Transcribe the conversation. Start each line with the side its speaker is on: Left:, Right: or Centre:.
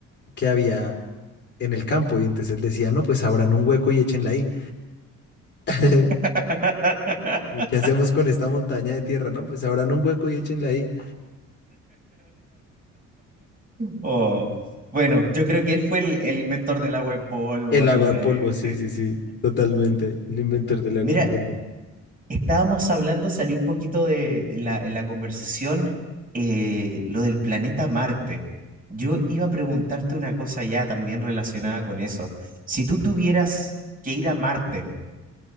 Left: que había en el campo. Y entonces él decía, no, pues abran un hueco y échenla ahí. <laughs>
Right: <laughs>
Left: ¿Y ¿Qué hacemos con esta montaña de tierra? No, pues abran un hueco y échenla ahí.
Right: Oh, bueno, yo creo que él fue el, el inventor del agua en polvo
Left: El
Right: ahí
Left: agua
Right: de...
Left: en polvo, sí,
Right: de-
Left: sí, sí, totalmente. El inventor
Right: <laughs>
Left: del agua
Right: Mira,
Left: en polvo.
Right: Estábamos hablando, salió un poquito de, de la, en la conversación eh, lo del planeta Marte. Yo iba a preguntarte una cosa ya también relacionada con eso. Si tú tuvieras que ir a Marte,